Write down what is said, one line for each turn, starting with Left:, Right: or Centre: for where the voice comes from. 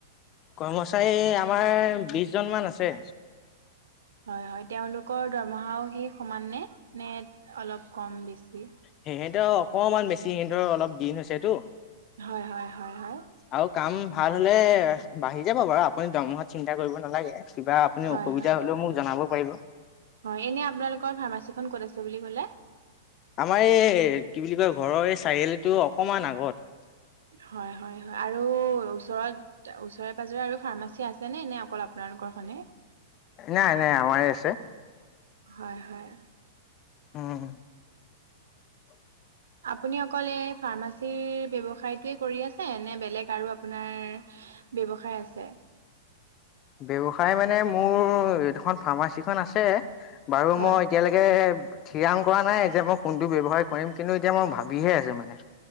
Left: কৰ্মচাৰী আমাৰ বিশ জন মান আছে
Right: হয় হয় তেওঁলোকৰ দৰমহাও সেই সমান নে -নে অলপ কম বেছি।
Left: সিহঁতৰ অকমান বেছি সিদৰে অলপ দিন হৈছেতো।
Right: হয় হয় হয় হয়
Left: আৰু কাম ভাল হলে বাঢ়ি যাব বাৰু আপুনি দৰমহাত চিন্তা কৰিব নালাগে। কিবা আপুনি
Right: হয়
Left: অসুবিধা
Right: হয়
Left: হ'লেও মোক জনাব পাৰিব
Right: হয় এনে আপোনালোকৰ ফাৰ্মাচীখন ক'ত আছে বুলি কলে।
Left: আমাৰ এই কি বুলি কয় ঘৰৰ এই চাৰিআলটো অকমান আগত।
Right: হয় হয় আৰু ওচৰত ওচৰে পাজৰে আৰু ফাৰ্মাচী আছে ন নে অকল আপোনালোকৰখনে।
Left: নাই নাই আমাৰে আছে
Right: হয় হয়।
Left: উম। <inaudible>
Right: আপুনি অকল এই ফাৰ্মাচীৰ ব্যৱসায়টোৱেই কৰি আছে নে বেলেগ আৰু আপোনাৰ। ব্যৱসায় আছে
Left: ব্যৱসায় মানে মোৰ এইডখন ফাৰ্মাচীখন আছে বাৰু
Right: হয়
Left: মই এতিয়ালৈকে থঠিৰাং কৰা নাই যে মই কোনটো ব্যৱসায় কৰিম কিন্তু এতিয়া মই ভাবিহে আছো মানে